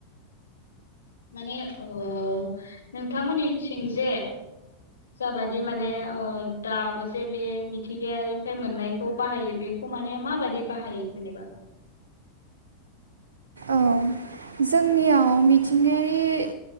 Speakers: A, on the left; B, on the right.
A: माने ओ नोंथांमोननिथिं जे जाबादि माने ओ दाबो जे बे मिथिंगायारिनिफ्राय मोननायखौ बाहायो बेखौ माने माबादि बाहायो जेनेबा?
B: औ जोंनियाव मिथिंगायारि